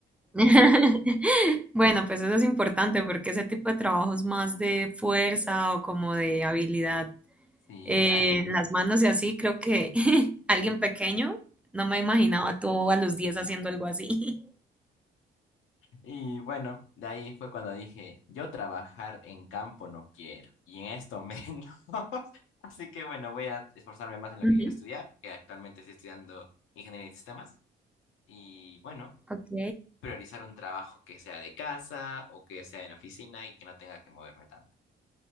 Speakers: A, in the centre; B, on the left (about 85°).
A: <laughs> Bueno, pues eso es importante porque ese tipo de trabajo es más de fuerza o como de habilidad
B: Sí,
A: eh,
B: a-
A: en las manos y así. Creo que <laughs> alguien pequeño, no me imaginaba tú a los 10 haciendo algo así.
B: y bueno, de ahí fue cuando dije, yo trabajar en campo no quiero, y en esto menos. <laughs> Así que bueno, voy a esforzarme más en lo
A: <laughs> Ujú,
B: que quiero estudiar, que actualmente estoy estudiando ingeniería de sistemas. Y bueno,
A: Ok.
B: priorizar un trabajo que sea de casa o que sea en oficina y que no tenga que moverme tanto.